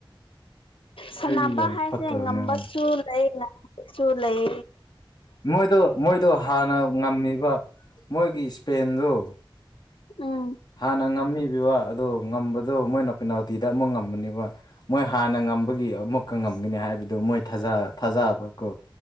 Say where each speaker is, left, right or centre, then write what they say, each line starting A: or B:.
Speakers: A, on the left; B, on the left.
A: ꯁꯥꯟꯅꯕ
B: ꯑꯩꯗꯤ ꯌꯥꯝ
A: ꯍꯥꯏꯁꯦ
B: ꯐꯠꯇꯕꯅꯦ
A: ꯉꯝꯕꯁꯨ
B: ꯍꯣꯏ
A: ꯂꯩ ꯉꯥꯡꯕꯁꯨ ꯂꯩ
B: ꯃꯣꯏꯗꯣ ꯃꯣꯏꯗꯣ ꯍꯥꯟꯅ ꯉꯝꯃꯤꯕ ꯃꯣꯏꯒꯤ ꯏꯁꯄꯦꯟꯗꯣ
A: ꯎꯝ
B: ꯍꯥꯥꯟꯅ ꯉꯝꯃꯤꯕꯤ ꯋꯥ ꯑꯗꯣ ꯉꯝꯕꯗꯣ ꯃꯣꯏꯅ ꯄꯦꯅꯥꯜꯇꯤꯗ ꯑꯃꯛ ꯉꯝꯕꯅꯦꯕ ꯃꯣꯏ ꯍꯥꯟꯅ ꯉꯝꯕꯒꯤ ꯑꯃꯨꯛꯀ ꯉꯝꯒꯅꯤ ꯍꯥꯏꯕ ꯗꯣ ꯃꯣꯏ ꯊꯥꯖ ꯊꯥꯖꯕꯀꯣ